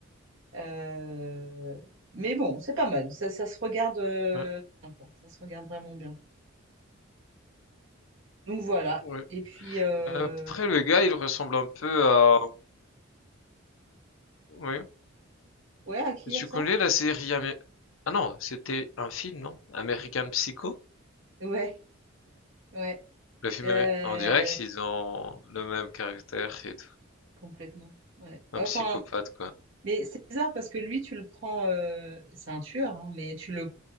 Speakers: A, on the right; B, on the left.
A: euh, mais bon, c'est pas mal. Ça, ça se regarde euh,
B: Ouais,
A: bien, quoi. Ça se regarde vraiment bien. Donc voilà.
B: ouais.
A: Et puis, euh,
B: Après, le gars, il ressemble un peu à... Oui.
A: ouais,
B: Tu
A: à ça,
B: connais la série... Amé- Ah non, c'était un film, non? American Psycho?
A: Ouais, ouais,
B: Le film...
A: Euh,
B: amé- On dirait qu'ils ont le même caractère et tout.
A: complètement. Ouais.
B: Un
A: Enfin,
B: psychopathe, quoi.
A: mais c'est bizarre parce que lui, tu le prends, euh, c'est un tueur, hein, mais tu le,